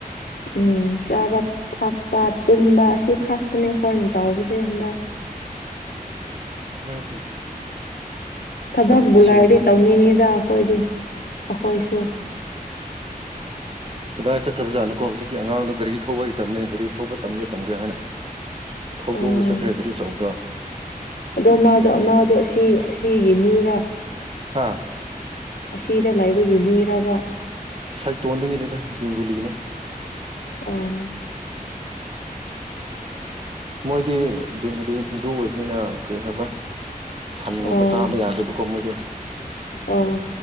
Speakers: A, on the left; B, on the right.
A: ꯎꯝ ꯆꯥꯕ ꯊꯛꯄ ꯇꯨꯝꯕ ꯑꯁꯤ ꯈꯛꯇꯅꯦ ꯑꯩꯈꯣꯏꯅ ꯇꯥꯎꯁꯦ ꯍꯟꯗꯛ
B: ꯍꯝ
A: ꯊꯕꯛꯕꯨ
B: ꯄꯨꯟꯁꯤꯅꯣꯀꯣ
A: ꯂꯩꯥꯏꯔꯗꯤ ꯇꯧꯅꯤꯡꯉꯤꯗ ꯑꯩꯈꯣꯏꯗꯤ ꯑꯩꯈꯣꯏꯁꯤ
B: ꯀꯗꯥꯏꯅ ꯆꯠꯈ꯭ꯔꯕꯖꯥꯠꯅꯣꯀꯣ ꯍꯧꯖꯤꯛꯀꯤ ꯑꯉꯥꯡꯗꯣ ꯒꯥꯔꯤ ꯊꯧꯕ ꯍꯩꯇꯕꯅꯦ ꯒꯥꯔꯤ ꯊꯧꯕ ꯇꯝꯒꯦ ꯇꯝꯒꯦ ꯍꯥꯏꯅ ꯊꯧꯗꯣꯛ
A: ꯎꯝ
B: ꯑꯃ ꯆꯠꯈ꯭ꯔꯒꯗꯤ ꯆꯎꯗ
A: ꯑꯗꯣ ꯃꯥꯗꯣ ꯃꯥꯗꯣ ꯑꯁꯤ ꯑꯁꯤꯒꯤ ꯃꯤꯔꯥ
B: ꯍꯥꯥ
A: ꯑꯁꯤꯗ ꯂꯥꯏꯕꯒꯤ ꯃꯤꯔꯕ
B: ꯁꯥꯏꯇꯣꯟꯗꯨꯒꯤꯅꯤꯅ ꯕꯦꯡꯒꯨꯂꯤꯅꯦ
A: ꯑꯣ
B: ꯃꯣꯏꯗꯤ ꯕꯦꯡꯒꯣꯂꯤ ꯍꯤꯟꯗꯨ ꯑꯣꯏꯕꯅꯤꯅ ꯀꯩ ꯍꯥꯏꯕ꯭ꯔꯥ ꯁꯟꯒꯨꯝꯕ
A: ꯑꯣ
B: ꯆꯥꯕ ꯌꯥꯗꯦꯕꯀꯣ ꯃꯣꯏꯁꯦ
A: ꯑꯣ